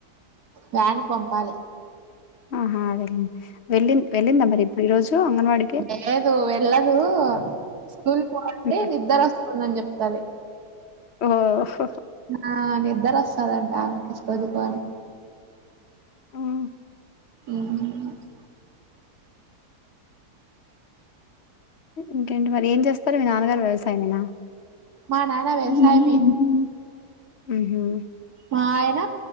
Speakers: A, on the right; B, on the left.
A: వ్యాన్కి పంపాలి
B: ఆహా వెళ్ళ వెళ్లిి వెళ్లిందా మరి ఇప్పుడు ఈ రోజు అంగన్వాడి
A: లేదు వెళ్ళదు స్కూల్ కి పోవాలంటే
B: హ్మ్.
A: నిద్దర వస్తుందని చెప్తది
B: మ్మ్
A: నా నిద్దర వస్తదంట ఆమె తీసుకోదు <inaudible>
B: హ్మ్.
A: మ్మ్
B: ఇంకేంటి మరి ఏం చేస్తారు మీ నాన్నగారు వ్యవసాయమేనా
A: మా నాన్న వ్యవసాయమే
B: హుహు. హుహు.
A: మా ఆయన